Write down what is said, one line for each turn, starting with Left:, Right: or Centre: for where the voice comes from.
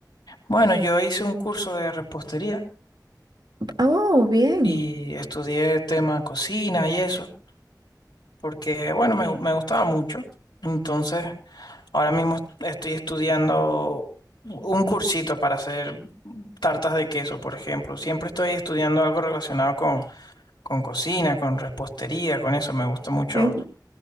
Left: Bueno, yo hice un curso de repostería
Right: Oh, bien.
Left: y estudié tema cocina y eso, porque bueno, me, me gustaba mucho. Entonces, ahora mismo est- estoy estudiando un cursito para hacer tartas de queso, por ejemplo. Siempre estoy estudiando algo relacionado con cocina, con repostería, con eso. Me gusta mucho
Right: Eh,